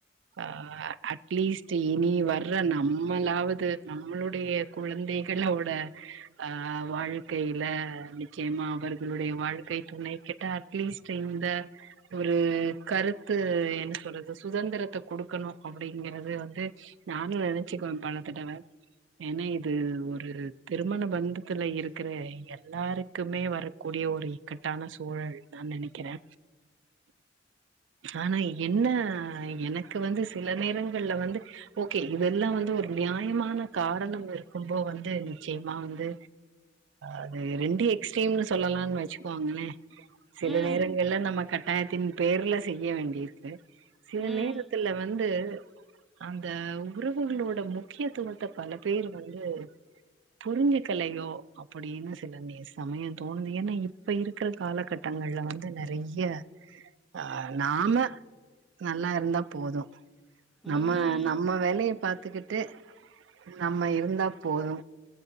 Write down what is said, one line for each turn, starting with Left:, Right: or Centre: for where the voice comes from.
Right: ஆஹ் அட்லீஸ்ட் இனி வர்ற நம்மளாவது நம்மளுடைய குழந்தை கெல்லாவோட அ வாழ்க்கையில நிச்சயமா அவர்களுடைய வாழ்க்கை துணை கிட்ட அட்லீஸ்ட் இந்த ஒரு கருத்து என்ன சொல்றது சுதந்திரத்த குடுக்கணு அப்டிங்கறது வந்து நானு நெனச்சுக்குவே பல தடவ ஏனா இது ஒரு திருமண பந்தத்துல இருக்கிற எ ல்லாருக்குமே வரக்கூடிய ஒரு இ கட்டான சூழல் தா நெனைக்கிறே ஆனா என்ன எனக்கு வந்து சில நேரங்கள்ல வந்து ஓகே இதெல்லா வந்து ஒரு நியாயமான காரணம் இருக்கும்போ வ ந்து நிச்சயமா வந்து அது ரெண்டு எக்ஸ்ட்ரீம்னு ஸ் சொல்லலான் வெச்சுக்குவாங்ளே சில
Centre: ம்.
Right: நேரங்கள்ல நம்ம கட்டாயத்தின் பேர்ல செய்ய வேண்டியிருக்கு சில
Centre: ம்.
Right: நேரத்துல வந்து அந்த உறவுகளோட முக்கியத்துவத்த பல பேரு வந்து புரிஞ்சுக்கலையோ அப்படினு சில நெ சமயோ தோணுது ஏனா இப்ப இருக்கற காலகட்டங்கள்ல வந்து நெறைய்ய ஆ நாம நல்லா இருந்தா போது
Centre: ம்.
Right: நம்ம
Centre: ம்.
Right: நம்ம வேலய பாத்துக்கிட்டு நம்ம இருந்தாப் போது